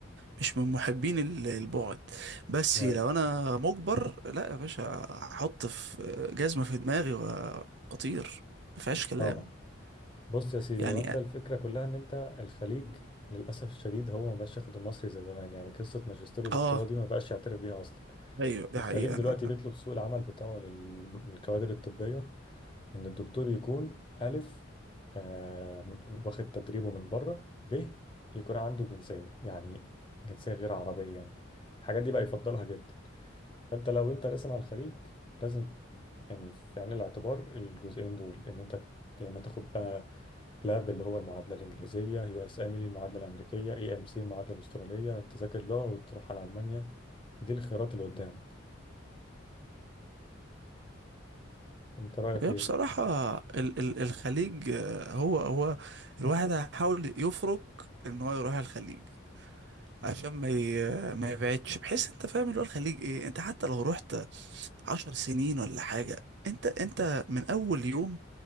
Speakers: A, on the right; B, on the left.
A: مش من محبين ال- البعد بس
B: ايوه
A: لو انا مجبر لا يا باشا احط في جزمه في دماغي واطير مفيهاش كلام
B: طبعا بص يا سيدي
A: يعني
B: هو انت الفكره كلها ان انت الخليج للاسف الشديد هو ما بقاش ياخد المصري زي زمان يعني قصه ماجستير ودكتوراه
A: اه
B: دي ما بقاش يعترف بيها اصلا
A: ايوه دي
B: الخليج
A: حقيقة
B: دلوقتي
A: انا
B: بيطلب سوق العمل بتاعه لل- للكوادر الطبية إن الدكتور يكون ألف آه، واخد تدريبه من بره ب يكون عنده جنسية يعني جنسية غير عربية يعني الحاجات دي بقى يفضلها جدا فأنت لو أنت راسم على الخليج لازم يعني في عين الاعتبار الجزئين دول إن أنت يا إما تاخد بقى بلاب اللي هو المعادلة الإنجليزية يو إس إم المعادلة الأمريكية اي ام سي المعادلة الأسترالية تذاكر لغة وتروح على ألمانيا دي الخيارات اللي قدامك أنت رأيك
A: هي
B: إيه؟
A: بصراحة ال ال الخليج آه، هو هو الواحد هيحاول يفرق ان هو يروح الخليج عشان ما ي ما يبعدش بحيث انت فاهم اللي هو الخليج ايه انت حتى لو رحت عشر سنين ولا حاجة انت انت من اول يوم